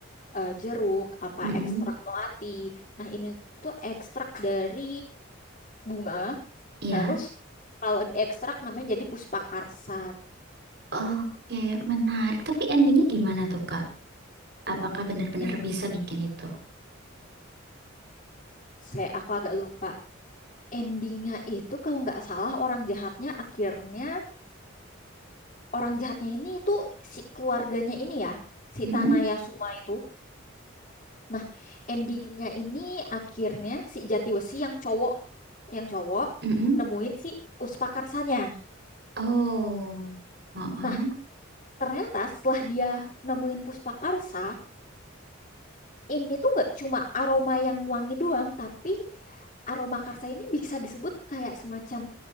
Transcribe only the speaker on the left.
eh, jeruk, apa
ekstrak melati. Nah, ini tuh ekstrak dari bunga,
terus kalau diekstrak namanya jadi puspakarsa.
En-
saya aku agak lupa. Endingnya itu kalau nggak salah orang jahatnya akhirnya orang jahatnya ini itu si keluarganya ini ya, si
Tanaya Suma itu. Nah, endingnya ini akhirnya si Jatiwesi yang cowok yang cowok
nemuin si Puspakarsanya.
Nah, Ternyata setelah dia nemuin Puspakarsa, ini tuh nggak cuma aroma yang wangi doang, tapi aroma karsa ini bisa disebut kayak semacam